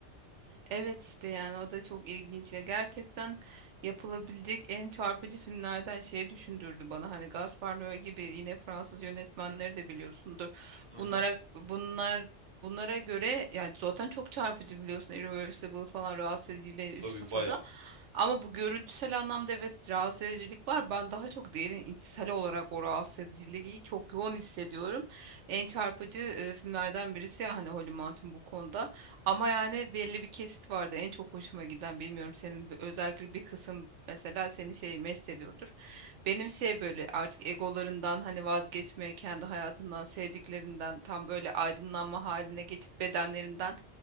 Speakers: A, on the right (about 80°); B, on the right (about 25°).
A: Evet işte yani o da çok ilginç ya gerçekten yapılabilecek en çarpıcı filmlerden şeyi düşündürdü bana hani Gaspar Noé gibi yine Fransız yönetmenleri de biliyorsundur
B: Aha.
A: bunlara bunlar bunlara göre yani zaten çok çarpıcı biliyorsun Irreversible falan rahatsız ediciyle üst
B: Tabii
A: safhada
B: bayağı.
A: ama bu görüntüsel anlamda evet rahatsız edicilik var ben daha çok derin içsel olarak o rahatsız ediciliği çok yoğun hissediyorum en çarpıcı e, filmlerden birisi ya hani Holly Mountain bu konuda ama yani belli bir kesit vardı en çok hoşuma giden bilmiyorum senin bir- özellikle bir kısım mesela seni şey mest ediyordur. Benim şey böyle artık egolarından hani vazgeçmeye kendi hayatından sevdiklerinden tam böyle aydınlanma haline geçip bedenlerinden